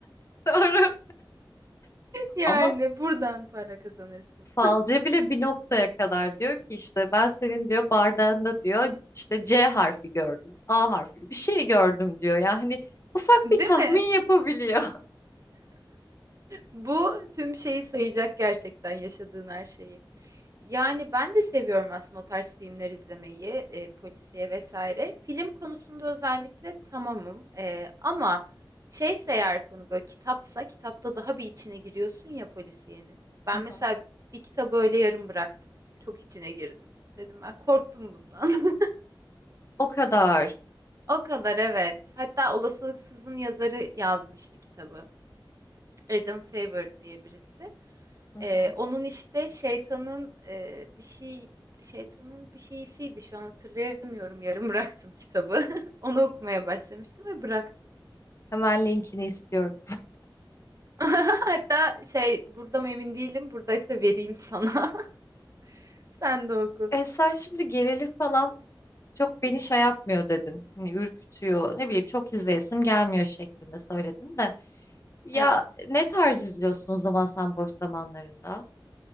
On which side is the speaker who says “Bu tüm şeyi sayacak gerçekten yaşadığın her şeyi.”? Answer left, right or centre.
Right